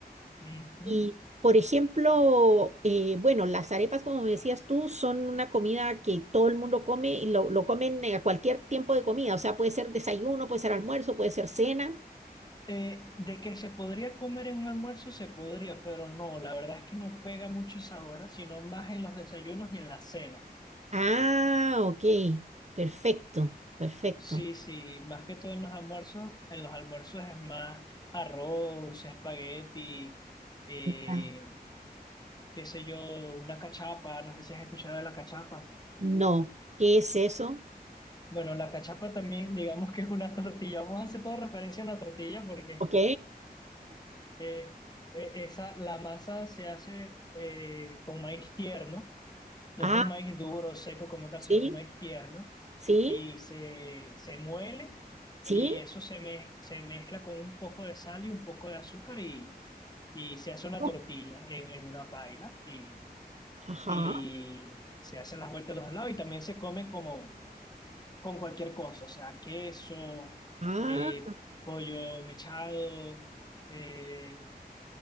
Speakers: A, on the left; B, on the right.
A: Ujú.
B: Y, por ejemplo, eh, bueno, las arepas, como me decías tú, son una comida que todo el mundo come y lo, lo comen eh, a cualquier tiempo de comida. O sea, puede ser desayuno, puede ser almuerzo, puede ser cena.
A: Eh, de que se podría comer en un almuerzo, se podría, pero no, la verdad es que no pega mucho esa hora, sino más en los desayunos y en la cena.
B: Ah, ok. Perfecto, perfecto.
A: Sí, sí, más que todo en los almuerzos, en los almuerzos es más arroz, espagueti, eh,
B: Ah,
A: qué sé yo, una cachapa, no sé si has escuchado de la cachapa.
B: No. ¿Qué es eso?
A: Bueno, la cachapa también, digamos que es una <laughs> tortilla, vamos a hacer toda referencia a la tortilla porque
B: Ok.
A: eh, e- esa, la masa se hace eh, con maíz tierno No
B: Ah,
A: es un maíz duro, seco como tal,
B: sí,
A: sino un maíz tierno.
B: sí,
A: Y se, se muele
B: sí.
A: y eso se, mez- se mezcla con un poco de sal y un poco de azúcar y, y se hace una
B: Oh,
A: tortilla en, en una paila y,
B: Ajá.
A: y se hacen las vueltas a los lados y también se come como con cualquier cosa, o sea, queso,
B: Ah,
A: eh, pollo mechado, eh,